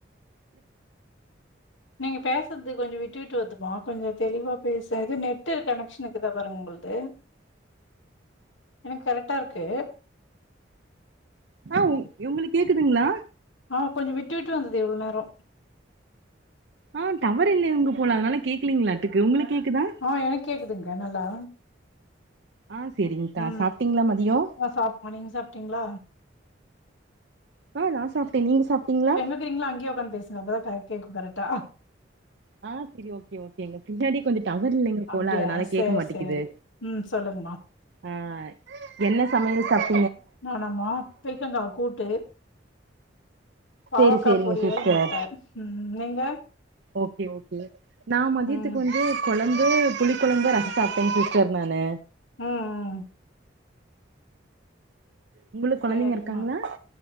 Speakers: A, on the left; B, on the right.
A: நீங்க பேசுறது கொஞ்சோ விட்டு விட்டு வருதுமா கொஞ்சோ தெளிவா பேச இது நெட்டு கனெக்ஷன் இக்குதா பாருங்க உங்குள் டு எனக் கரெக்ட்டா இருக்கு
B: ஆ உ உங்களுக்கு கேக்குதுங்ளா
A: ஆ கொஞ்ச விட்டு விட்டு வந்தது இவ்ள நேரோ
B: ஆ டவர் இல்லை அங்க போல அதனால கேக்கலீங்களாட்டுக்கு உங்களுக்கு கேக்குதா
A: ஆ எனக்கு கேக்குதுங்க்கா நல்லா
B: ஆ சேரிங்க்கா
A: ம்
B: சாப்ட்டீங்களா மதியோ
A: ஆ சாப்டோ நீங்க சாப்ட்டீங்ளா
B: ஆ நா சாப்ட்டே நீங்க சாப்ட்டீங்ளா
A: ங்ரீங்ளோ அங்கயே ஒக்காந்து பேசுங்க அப்பதா கரட் கேக்கு கரக்ட்டா
B: ஆ சரி ஓக்கே ஓக்கேங்க பின்னாடி கொஞ்ச டவர் இல்லைங்க
A: அப்டியா
B: போல அதனால
A: சேரி
B: கேட்க மாட்டக்குது
A: சேரி ம் சொல்லுங்கமா
B: ஆ என்ன சமயல் சாப்
A: நானாம்மா பீக்கங்கா கூட்டு பாவக்கா
B: சேரி சேரிங்க
A: பொரியல்
B: சிஸ்டர்
A: முட்ட ம் நீங்க
B: ஓக்கே ஓக்கே நா மதியத்துக்கு
A: ம்
B: வந்து கொழம்பு புளி கொழம்பு ரச சாப்ட்டே சிஸ்டர் நானு
A: ம் ம்
B: உங்களுக்கு கொழந்தைங்க
A: சேரிம்மா
B: இருக்காங்களா